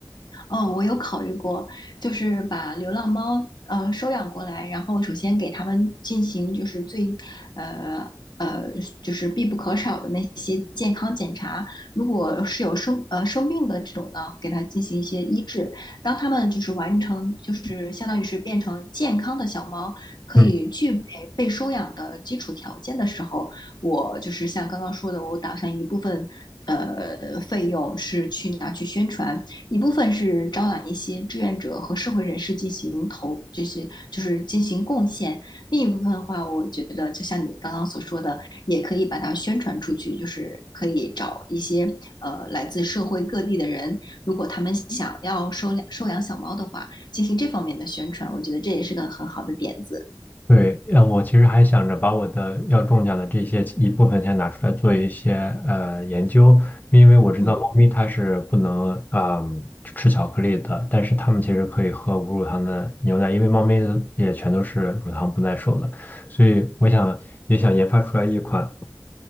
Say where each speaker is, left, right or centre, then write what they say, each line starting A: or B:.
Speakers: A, on the left (about 75°); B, on the left (about 25°).
A: 哦，我有考虑过，就是把流浪猫呃收养过来，然后首先给它们进行就是最呃呃就是必不可少的那些健康检查，如果是有生呃生病的这种呢，给它进行一些医治。当它们就是完成就是相当于是变成健康的小猫，可以具备被收养的基础条件的时候，
B: 嗯。
A: 我就是像刚刚说的，我打算一部分。呃，费用是去拿去宣传，一部分是招揽一些志愿者和社会人士进行投，就是就是进行贡献；另一部分的话，我觉得就像你刚刚所说的，也可以把它宣传出去，就是可以找一些呃来自社会各地的人，如果他们想要收养收养小猫的话，进行这方面的宣传，我觉得这也是个很好的点子。
B: 对，呃，我其实还想着把我的要中奖的这些一部分钱拿出来做一些呃研究，因为我知道猫咪它是不能啊、
A: 嗯，
B: 吃巧克力的，但是它们其实可以喝无乳糖的牛奶，因为猫咪也全都是乳糖不耐受的，所以我想也想研发出来一款。